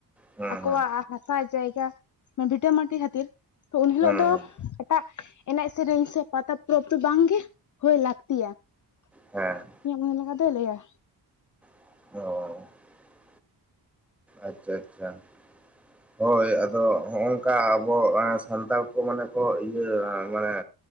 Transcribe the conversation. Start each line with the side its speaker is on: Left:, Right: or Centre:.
Centre: ᱦᱩᱸ
Left: ᱟᱠᱚᱣᱟᱜ
Centre: ᱦᱩᱸ
Left: ᱦᱟᱥᱟ ᱡᱟᱭᱜᱟ ᱵᱷᱤᱴᱟᱹ ᱢᱟᱴᱤ ᱠᱷᱟᱹᱛᱤᱨ ᱛᱚ ᱩᱱ ᱦᱤᱞᱳᱜ
Centre: ᱦᱩᱸ
Left: ᱫᱚ
Centre: ᱦᱩᱸ
Left: ᱮᱴᱟᱜ ᱮᱱᱮᱡ ᱥᱮᱨᱮᱹᱧ ᱥᱮ ᱯᱟᱛᱟ ᱯᱚᱨᱚᱵᱽᱫᱚ ᱵᱟᱝ ᱜᱮ ᱦᱳᱭ ᱞᱟᱹᱠᱛᱤᱭᱟ ᱾
Centre: ᱦᱮᱸ
Left: ᱤᱧᱟᱹᱜ ᱢᱚᱱᱮ ᱞᱮᱠᱟ ᱫᱚᱭ ᱞᱟᱹᱭᱼᱟ ᱾
Centre: ᱚ ᱟᱪᱪᱷᱟ ᱟᱪᱪᱷᱟ ᱾
Left: <inaudible>
Centre: ᱦᱳᱭ ᱟᱫᱟ ᱦᱚᱸᱜᱼᱝᱠᱟ ᱟᱵᱚ ᱥᱟᱱᱛᱟᱲ ᱠᱚ ᱢᱟᱱᱮ ᱠᱚ ᱤᱭᱟᱹ ᱢᱟᱱᱮ